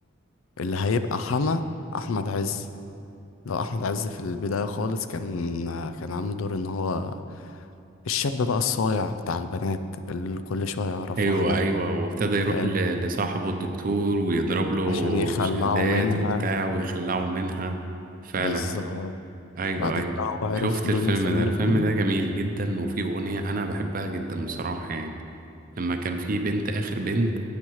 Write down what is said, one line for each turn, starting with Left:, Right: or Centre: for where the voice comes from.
Left: اللي هيبقى حما احمد عز لو احمد عز في البدايه خالص كان كان عامل دور ان هو الشاب بقى الصايع بتاع البنات اللي كل شويه يعرف
Right: ايوه
Left: واحده
Right: ايوه وابتدى يروح
Left: فاهم
Right: ل- لصاحبه الدكتور ويضرب له
Left: عشان يخلعوا
Right: شهادات
Left: منها
Right: وبتاع ويخلعه منها فعلا
Left: بالظبط
Right: ايوه
Left: بعد
Right: ايوه
Left: كده هو عرف
Right: شفت
Left: دنيا
Right: الفيلم
Left: سمير
Right: ده الفيلم
Left: غانم
Right: ده جميل جدا وفيه اغنيه انا بحبها جدا بصراحه يعني لما كان فيه بنت اخر بنت